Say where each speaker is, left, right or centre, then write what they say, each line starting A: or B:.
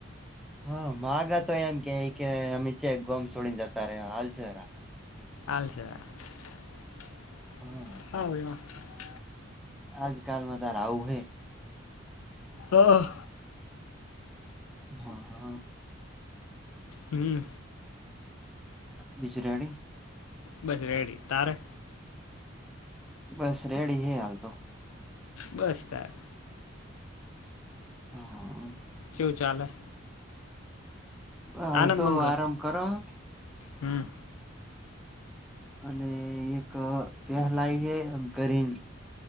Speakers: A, in the centre; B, on the left.
A: હા માગા તો એમ કેય કી અમે ચોય ગોમ છોડીન જતા રયા હાલ શોરા.
B: <inaudible>
A: હા
B: <inaudible>
A: આજકાલમાં તાર આઉ હે.
B: ઓહ.
A: હા હા.
B: હમ્મ.
A: બીજ રેડી?
B: બસ રેડી. તારે?
A: બસ રેડી હે હાલ તો.
B: બસ તાર.
A: હા.
B: કેવું ચાલે?
A: હાલ
B: આનંદ
A: તો
B: મંગળ
A: આરામ કરહ.
B: હમ
A: અને એક પહેલાય હે ગરીન.